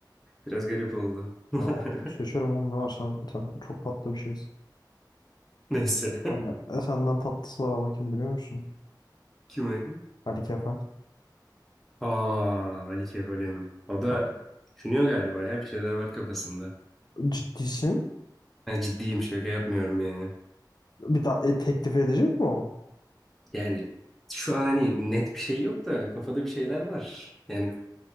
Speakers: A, in the centre; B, on the left.
A: biraz garip oldu. <laughs>
B: Ya seçerim oğlum ne var sen, sen çok tatlı bir şeysin.
A: Neyse. <laughs>
B: Hani, e, senden tatlısı var ama kim biliyor musun?
A: kim Kime?
B: Ali Kefal.
A: Aa Ali Kefalim. O da
B: Bak
A: düşünüyor galiba ya bir şeyler var kafasında.
B: ciddisin.
A: Ha, ciddiyim şaka yapmıyorum yani.
B: Bir daha e, teklif edecek mi o?
A: Yani şu an hani net bir şey yok da kafada bir şeyler var. Yani